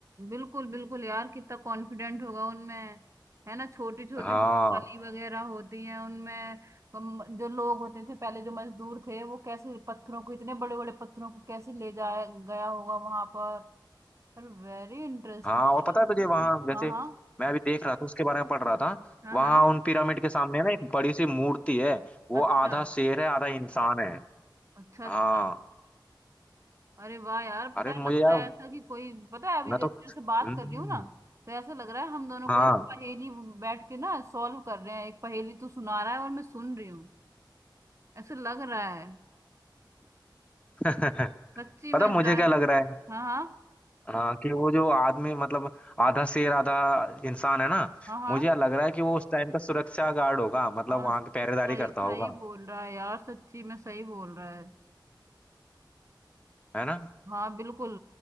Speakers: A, on the right; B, on the left.
A: बिल्कुल बिल्कुल यार कितना कॉन्फिडेंट होगा उनमें है ना छोटी छोटी
B: हाँ
A: सी गली वगैरह होती है उनमें कम- जो लोग होते थे पहले जो मजदूर थे वो कैसे पत्थरों को इतने बड़े बड़े पत्थरों को कैसे ले जाया गया होगा वहां पर पर वेरी इंटरेस्टिंग
B: हाँ और
A: यार
B: पता है तुझे वहाँ जैसे
A: हाँ हाँ
B: मैं अभी देख रहा था उसके बारे में पढ़ रहा था
A: हाँ
B: वहाँ
A: हाँ
B: उन पिरामिड के सामने ना एक बड़ी सी मूर्ति है वो
A: अच्छा
B: आधा शेर है आधा इंसान है
A: अच्छा अच्छा
B: हाँ
A: अरे वाह यार पता
B: अरे
A: है लगता
B: मुझे यार
A: है ऐसा कि कोई पता है अभी
B: मैं
A: जैसे
B: तो
A: जैसे बात
B: हम्म,
A: कर रही हूँ ना तो ऐसा लग रहा है हम दोनों
B: हाँ
A: कोई ना पहेली बैठ के ना सॉल्व कर रहे हैं एक पहेली तू सुना रहा है और मैं सुन रही हूँ ऐसा लग रहा है
B: <laughs>
A: सच्ची
B: पता
A: में
B: मुझे
A: शायद
B: क्या लग रहा है
A: हाँ हाँ
B: हाँ कि वो जो आदमी मतलब आधा शेर आधा इंसान है ना
A: हाँ हाँ
B: मुझे लग रहा है कि वो उस टाइम का सुरक्षा गार्ड होगा मतलब
A: हाँ
B: वहां की पहरेदारी
A: सही
B: करता
A: सही
B: होगा
A: बोल रहा है यार सच्ची में सही बोल रहा है
B: है ना
A: हाँ बिल्कुल